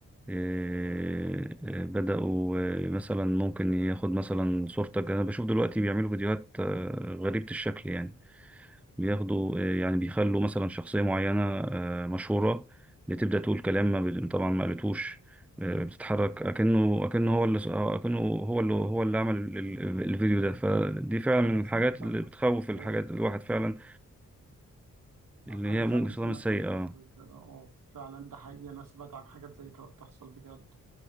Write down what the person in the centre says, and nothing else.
آه، آه، بدأوا آه، مثلا ممكن ياخد مثلا صورتك أنا بشوف دلوقتي بيعملوا فيديوهات آه، غريبة الشكل يعني بياخدوا آه، يعني بيخلوا مثلا شخصية معينة آه، مشهورة بتبدأ تقول كلام ما بت- طبعا ما قالتوش آه، بتتحرك أكنه أكنه هو اللي آه، أكنه هو اللي هو اللي عمل ال- ال- الفيديو ده فدي فعلا من
الحاجات
اللي
بتخوف الحاجات الواحد فعلا اللي
هي
ممكن صدام
السيئة